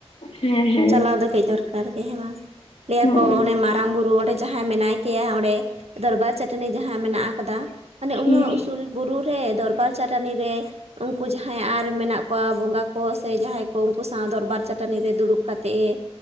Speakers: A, on the left (about 75°); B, on the right (about 75°).
A: ᱦᱮᱸ ᱦᱮᱸ
B: ᱪᱟᱞᱟᱣ ᱫᱚ ᱠᱟᱹᱡ ᱫᱚᱨᱠᱟᱨ ᱜᱮ ᱦᱮᱸ ᱵᱟᱝ, ᱞᱟᱹᱭᱟᱠᱚ
A: ᱦᱮᱸ
B: ᱚᱱᱮ ᱢᱟᱨᱟᱝ ᱵᱩᱨᱩ ᱚᱸᱰᱮ ᱡᱟᱦᱟᱸᱭ ᱢᱮᱱᱟᱭ ᱠᱮᱭᱟ ᱚᱸᱰᱮ ᱫᱚᱨᱵᱟᱨ ᱪᱟᱹᱴᱟᱹᱱᱤ ᱡᱟᱦᱟᱸ ᱢᱮᱱᱟᱜ ᱟᱠᱟᱫᱟ ᱢᱟᱱᱮ
A: ᱦᱮᱸ
B: ᱩᱱᱟᱹᱜ ᱩᱥᱩᱞ ᱵᱩᱨᱩ ᱨᱮ ᱫᱚᱨᱵᱟᱨ ᱪᱟᱹᱴᱟᱱᱤ ᱨᱮ ᱩᱱᱠᱩ ᱡᱟᱦᱟᱸᱭ ᱟᱨ ᱢᱮᱱᱟᱜ ᱠᱚ ᱵᱚᱸᱜᱟ ᱠᱚ ᱥᱮ ᱡᱟᱦᱟᱸᱭ ᱠᱚ ᱩᱱᱠᱩ ᱥᱟᱶ ᱫᱚᱨᱵᱟᱨ ᱪᱟᱹᱴᱟᱹᱱᱤ ᱨᱮ ᱫᱩᱲᱩᱵ ᱠᱟᱛᱮ